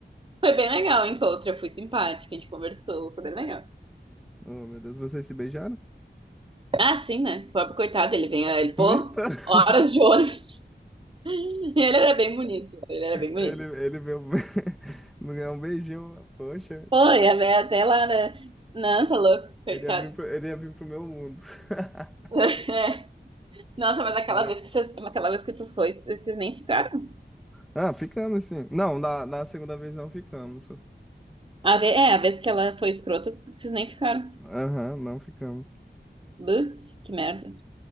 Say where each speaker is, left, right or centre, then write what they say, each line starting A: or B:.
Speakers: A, on the right; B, in the centre.
A: foi bem legal o encontro. Eu fui simpática, a gente conversou, foi bem legal.
B: Oh, meu Deus, vocês se beijaram?
A: Ah, sim, né? O pobre coitado, ele vem, ele, pô,
B: Então. <laughs>
A: horas de ônibus. <laughs> E ele era bem bonito, ele era bem bonito.
B: Ele, ele veio. <laughs> Não ganhou um beijinho, poxa.
A: Foi, a minha até lá, né? Não, tá louco, coitado.
B: Ele ia vir pro, ele ia vir pro meu mundo. <laughs>
A: <laughs> É. Nossa, mas aquela
B: Né?
A: vez que vocês, aquela vez que tu foi, vocês nem ficaram.
B: Ah, ficamos sim. Não, na da segunda vez não ficamos.
A: A ve- é, a vez que ela foi escrota, vocês nem ficaram.
B: Aham, não ficamos.
A: Putz, que merda.